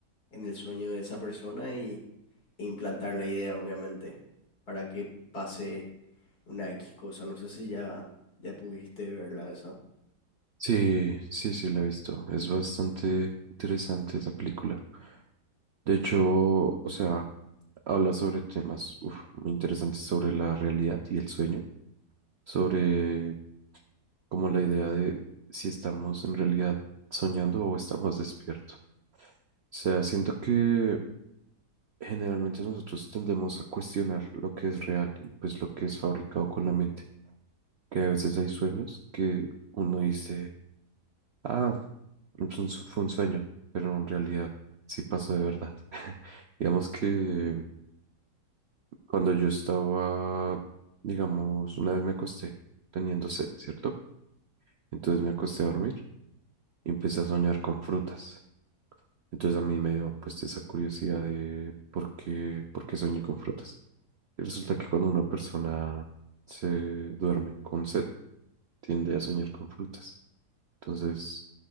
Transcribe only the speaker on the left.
en el sueño de esa persona y e implantar la idea, obviamente, para que pase una X cosa. No sé si ya, ya pudiste verla esa.